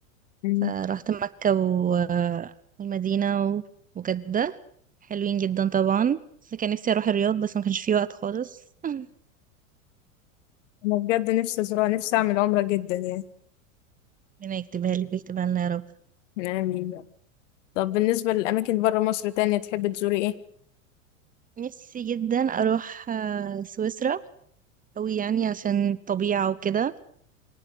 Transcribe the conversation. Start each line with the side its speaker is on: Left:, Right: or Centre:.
Left: مم.
Right: فرحت مكة و- والمدينة و- وجدة حلوين جدا طبعا بس كان نفسي اروح الرياض بس ما كانش في وقت خالص <laughs>
Left: انا بجد نفسي ازورها نفسي اعمل عمرة جدا يعني
Right: ربنا يكتبها لي ويكتبها لنا يا رب
Left: من أيامي. طب بالنسبة للاماكن بره مصر تانية تحبي تزوري ايه
Right: نفسي جدا اروح آه، سويسرا أوي يعني عشان الطبيعة وكده